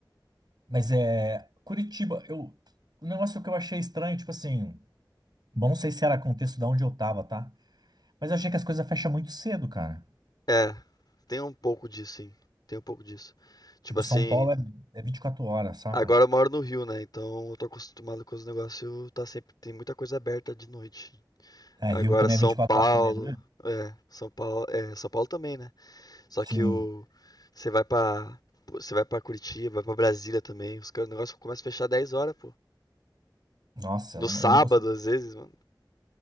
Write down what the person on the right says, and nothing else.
Mas é. Curitiba, eu. O negócio que eu achei estranho, tipo assim. Bom, não sei se era contexto de onde eu tava, tá? Mas eu achei que as coisas fecham muito cedo, cara.
Tipo,
São Paulo é, é 24 horas, saca?
É,
Rio também
é vinte e quatro
horas também, não é?
Sim.
Nossa,
eu
não, eu não consigo.